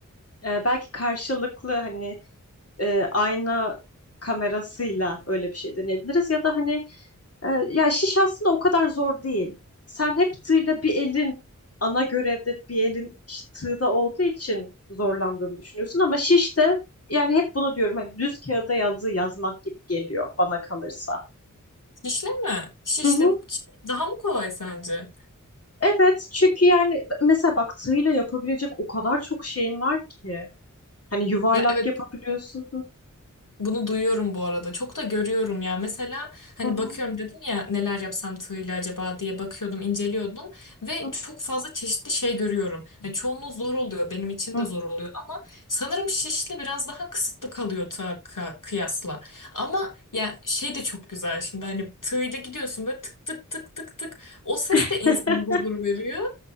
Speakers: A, on the left (about 50°); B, on the left (about 75°).
A: Ee, belki karşılıklı hani e, ayna kamerasıyla öyle bir şey deneyebiliriz. Ya da hani e, ya şiş aslında o kadar zor değil. Sen hep tığla bir elin ana görevde bir elin işte tığda olduğu için zorlandığını düşünüyorsun ama şiş de yani hep bunu diyorum hani düz kağıda yazı yazmak gibi geliyor bana kalırsa.
B: Şişle mi? Şişle
A: Hı hı.
B: daha mı kolay sence?
A: Evet çünkü yani mesela bak tığla yapabilecek o kadar çok şeyin var ki. Hani yuvarlak
B: Ya evet
A: yapabiliyorsun. Hı
B: Bunu duyuyorum bu arada. Çok da görüyorum ya. Mesela hani
A: hı.
B: bakıyorum dedim ya neler yapsam tığıyla acaba diye bakıyordum, inceliyordum ve
A: Hı
B: çok fazla çeşitli şey görüyorum. Yani çoğunluğu zor oluyor. Benim için
A: hı.
B: de
A: Hı.
B: zor oluyor ama sanırım şişle biraz daha kısıtlı kalıyor tığa kı- kıyasla. Ama ya şey de çok güzel şimdi hani tığıyla gidiyorsun böyle tık tık tık tık tık. O ses
A: <laughs>
B: de insana huzur veriyor.